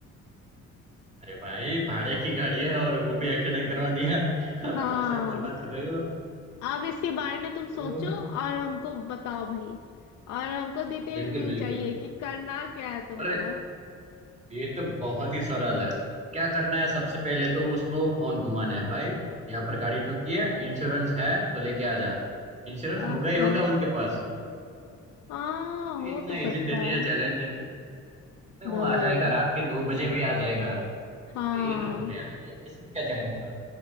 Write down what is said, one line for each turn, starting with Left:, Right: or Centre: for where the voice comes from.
Right: अरे भाई भाड़े की गाड़ी है और वो भी एक्सीडेंट करवा दिया <laughs> पैसा
Left: हाँ
Right: बर्बाद कर रहे हो
Left: आप इसके बारे में तुम
Right: तो
Left: सोचो और हमको बताओ भाई और हमको
Right: <laughs>
Left: डिटेल
Right: बिल्कुल
Left: व्यू
Right: बिल्कुल
Left: चाहिए कि करना क्या है तुमको
Right: अरे ये तो बहुत ही सरल है क्या करना है सबसे पहले तो उसको फोन घुमाना है भाई यहाँ पर गाड़ी ठुकी है इंश्योरेंस है तो लेके आ जा इंश्योरेंस होगा
Left: अच्छा
Right: ही होगा उनके पास
Left: हाँ हो
Right: इतना
Left: तो सकता
Right: इजी दे दिया
Left: है
Right: चैलेंज अरे
Left: दो
Right: वो आ जाएगा रात के दो बजे भी आ जाएगा
Left: हाँ
Right: अरे ये तो हो गया है ये इसमें क्या चैलेंज था